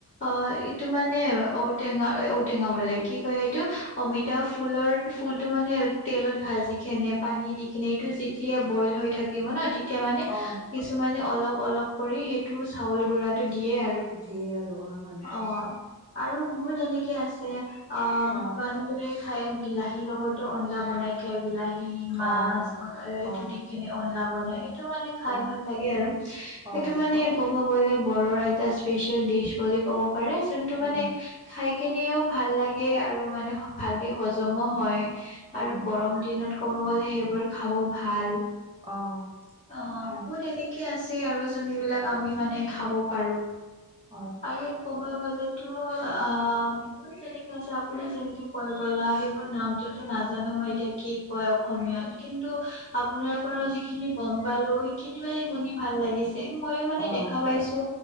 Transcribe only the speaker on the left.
অঁ এইটো মানে ঔটেঙা ঔটেঙা বলে কি কয় এইটো, অমিতা ফুলৰ- ফুলটো মানে তেলত ভাজি খে, পানী দি কিনে এইটো যেতিয়া বইল হৈ থা- থাকিব ন' তেতিয়া মানে
কিছুমানে অলপ-অলপ কৰি সেইটো চাউল গুড়াটো দিয়ে আৰু।
অঁ আৰু বহুত এনেকে আছে। অঁ
ইমান- ৰে খাই, বিলাহীৰ লগতো আলা বনাই খা- সেই বিলাহী মাছ
এইটো
দি কিনে অনলা বনাই, সেইটো মানে- খাই
ভাল লাগে আৰু
সেইটো মানে ক'ব গলে বড়োৰ এটা স্পেচিয়েল ডিচ বুলি ক'ব- পাৰে যোনটো
মানে খাই কেনেও ভাল লাগে আৰু মানে ভালকে হজমো হয়।
আৰু গৰম দিনত ক'ব গলে সেইবোৰ- খাব ভাল,
অ বহুত
এনে- আছে আৰু যোনবিলাক আমি মানে খাব পাৰো।
আৰু ক'ব গ'লেতো অঁ বহুত যেনেকে আছে আপুনি যেনেকে কৈ গলা সেইবোৰ নামটো - টো নাজানো মই এতিয়া কি কয় অসমীয়াত, কিন্তু আপোনাৰ পৰা যিখিনি গম পালো- খিনি মানে শুনি ভাল লাগিছে, মইয়ো মানে
দেখা পাইছো।